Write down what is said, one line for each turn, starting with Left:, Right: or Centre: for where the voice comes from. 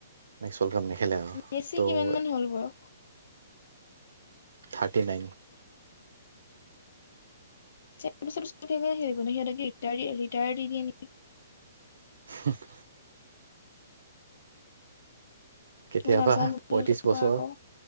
Right: নেক্স ৱ'ল্ড কাপ নেখেলে আৰু।
Left: উম বেছি
Right: ত'
Left: কিমান মান হ'ল বাৰু।
Right: Thirty nine.
Left: চাৰ বছৰ পিছিত সহতকৰি ৰিটাৰ দি দিয়ে।
Right: হ হ। কেতিয়াবা
Left: মই নাজানো
Right: পয়ত্ৰিশ
Left: ভালকে
Right: বছৰ।
Left: কোৱা আকৌ